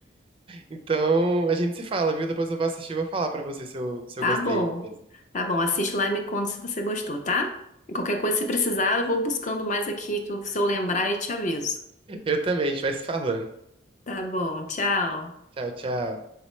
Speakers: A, on the right; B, on the left.
A: Então, a gente se fala, viu? Depois eu vou assistir e vou falar pra você se eu, se
B: Tá
A: eu gostei
B: bom.
A: mesmo.
B: Tá bom, assiste lá e me conta se você gostou, tá? Qualquer coisa, se precisar, eu vou buscando mais aqui, que eu- se eu lembrar e te aviso.
A: Eu também, a gente vai se falando.
B: Tá bom, tchau.
A: Tchau, tchau.